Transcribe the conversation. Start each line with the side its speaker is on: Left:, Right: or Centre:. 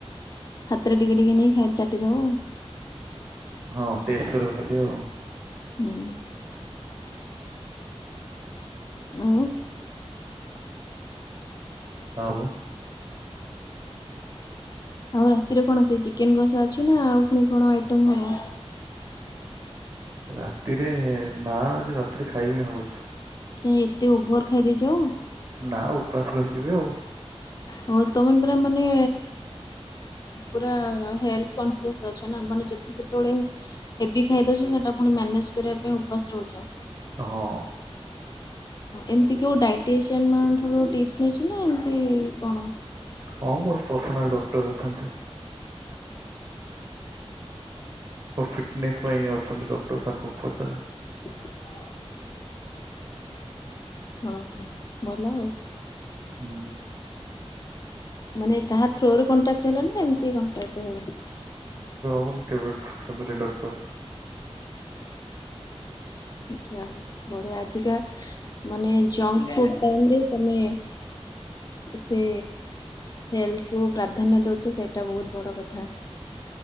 Left: ହାତରେ ଟିକେ ଟିକେ ନେଇ ଖାଇ ଚାଟିଦବ ଆଉ।
Right: ହଁ ଟେଷ୍ଟ କରିବୁ ଖାଲି ଆଉ।
Left: ହୁଁ। ଆଉ।
Right: ଆଉ।
Left: ଆଉ ରାତିରେ କଣ ସେଇ ଚିକେନ କଷା ଅଛି ନା ଆଉ ପୁଣି କଣ ଆଇଟମ ହବ।
Right: ରାତିରେ ନା ଆଜି ରାତିରେ ଖାଇବିନି ଭାବୁଛି।
Left: କାଇଁ ଏତେ ଓଭର ଖାଇଦେଇଛ।
Right: ନା ଉପାସ ରହିଯିବି ଆଉ।
Left: ହ ତମେ ପରା ମାନେ ପୁରା ହେଲଥ କନସିଅସ ଅଛ ନା ଯଦି କେତେବେଳେ ହେଭି ଖାଇଦଉଛ ସେଟା ପୁଣି ମ୍ୟାନେଜ କରିବା ପାଇଁ ଉପାସ ରହୁଛ।
Right: ହଁ।
Left: ଏମିତି କଉ ଡାଏଟେସିଅନ ମାନଙ୍କ ଠାରୁ ଟିପସ ନେଇ ଚ ନା ଏମତି କଣ।
Right: ହଁ ମୋର ପର୍ସନାଲ ଡକ୍ଟର ଅଛନ୍ତି। ଫିଟନେସ ପାଇଁ ଅଛନ୍ତି ଡକ୍ଟର ତାଙ୍କୁ ପଚାରେ।
Left: <inaudible> ହଁ ଭଲ ଆଉ।
Right: ହୁଁ।
Left: ମାନେ କାହା ଥ୍ରୋରୁ କଣ୍ଟାକ୍ଟ ହେଲ ନା ଏମିତି କଣ୍ଟାକ୍ଟ ହଉ।
Right: ମୋର କେବେଠୁ ଫ୍ୟାମିଲି ଡକ୍ଟର।
Left: ଆଛା ବଢ଼ିଆ। ମାନେ ଜଙ୍କ ଫୁଡ ଟାଇମରେ ତମେ। ଏତେ। ହେଲଥ କୁ ପ୍ରାଧାନ୍ୟ ଦଉଛି ସେଇଟା ବହୁତ ବଡ କଥା।